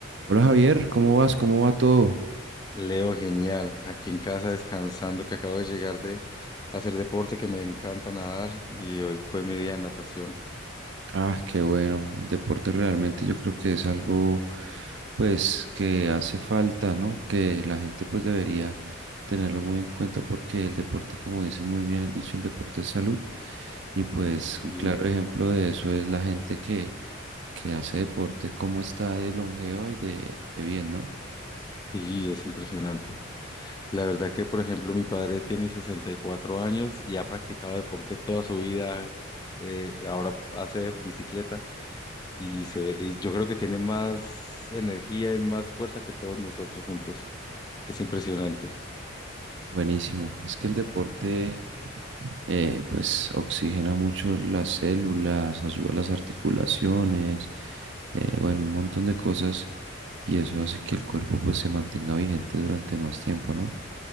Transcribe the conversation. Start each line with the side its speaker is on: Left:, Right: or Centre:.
Right: Hola Javier, ¿cómo vas? ¿Cómo va todo?
Left: Leo, genial. Aquí en casa descansando, que acabo de llegar de hacer deporte, que me encanta nadar y hoy fue mi día de natación.
Right: Ah, qué bueno. El deporte realmente yo creo que es algo pues que hace falta, ¿no? Que la gente pues debería tenerlo muy en cuenta porque el deporte, como dicen muy bien el dicho, el deporte es salud. Y pues
Left: Y,
Right: un claro ejemplo de eso es la gente que, que hace deporte, cómo está de longeva y de, de bien, ¿no?
Left: y es impresionante. La verdad que, por ejemplo, mi padre tiene 64 años y ha practicado deporte toda su vida. eh, ahora hace bicicleta y se ve, y yo creo que tiene más energía y más fuerza que todos nosotros juntos. Es impresionante.
Right: Buenísimo. Es que el deporte, eh, pues, oxigena mucho las células, ayuda a las articulaciones, eh, bueno, un montón de cosas y eso hace que el cuerpo, pues, se mantenga vigente durante más tiempo, ¿no?